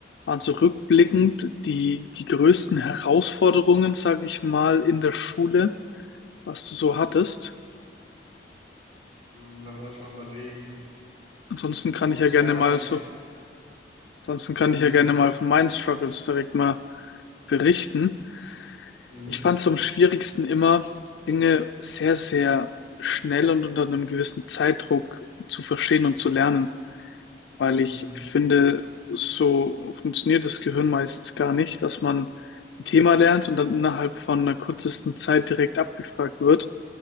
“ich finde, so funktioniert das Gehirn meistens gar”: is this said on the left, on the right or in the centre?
Left